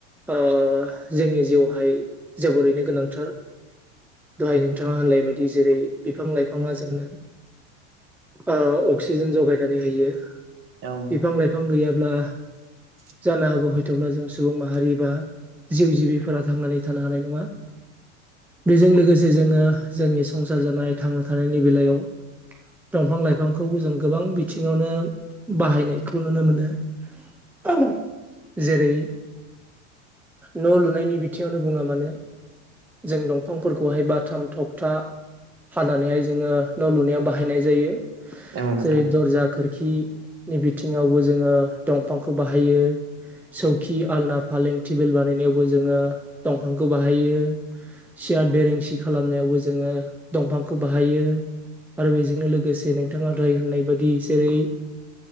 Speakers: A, in the centre; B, on the right.
A: ओ जोंनि जिउआवहाय जोबोरैनो गोनांथार दहाय नोंथाङा होनलाय बायदि जेरै बिफां लाइफाङा जोंनो ओ अक्सिजेन जगायनानै होयो
B: औ
A: बिफां लाइफां गैयाब्ला
B: <unintelligible>
A: जानो हागौ हयथ'ब्ला जों सुबुं माहारि बा जिउ जिबिफोरा थांनानै थानो हानाय नङा बेजों लोगोसे जोङो जोंनि संसार जानाय थांना थानायनि बेलायाव दंफां लाइफांखौ जों गोबां बिथिङावनो बाहायनायखौ नुनो मोनो। <unintelligible> जेरै- न' लुनायनि बिथिङावनो बुङा मानो जों दंफांफोरखौहाय बाथाम थखथा हानानैहाय जोङो न' लुनायाव बाहायनाय जायो
B: नोंथां
A: जेरै दरजा खोरखि नि बिथिङावबो जोङो दंफांखौ बाहायो सौखि आलना फालें टेबोल बानायनायावबो जोङो दंफांखौ बाहायो सियट बेरेंसि खालामनायावबो जोङो दंफांखौ बाहायो। आरो बेजोंनो लोगोसे नोंथाङा दहाय होननाय बादि जेरै